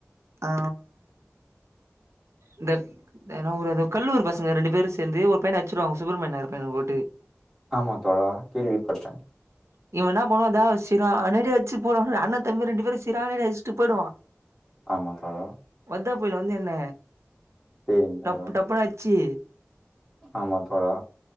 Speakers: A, on the right; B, in the centre.
A: ஆ இந்த என்னா ஊர் அது கல்லூர் பசங்க ரெண்டு பேரு சேர்ந்து ஒரு பையன அச்சுருவாங்க சுப்பிரமன்யார் பையன போட்டு
B: ஆமா தோழா கேள்விப்பட்ட
A: <unintelligible>
B: ஆமா தோழா
A: வர்தா புயல் வந்து என்ன
B: சேரிங்க
A: டப்பு
B: தோழா
A: டப்புனு அட்ச்சு
B: ஆமா தோழா